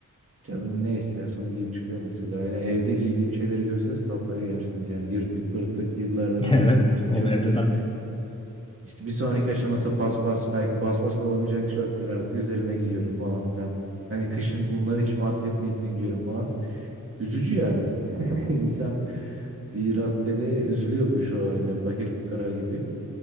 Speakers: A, on the right (about 40°); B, on the left (about 15°).
A: canım ne isterse onu giyip çıkıyor mesela. Hani evde giydiğim şeyleri görseniz kafaya yersiniz. Yani yırtık pırtık yıllardan
B: <laughs>
A: önce
B: Evet
A: kalmış tişörtüm.
B: onu evde ben de.
A: İşte bir sonraki aşaması paspas belki paspas bile olamayacak tişörtleri artık üzerime giyiyorum falan filan. Hani kışın bunları içime atlet niyetine giyiyorum falan. Üzücü yani. <laughs> İnsan bir raddede üzülüyor bu şu halinde fakir fukara gibi.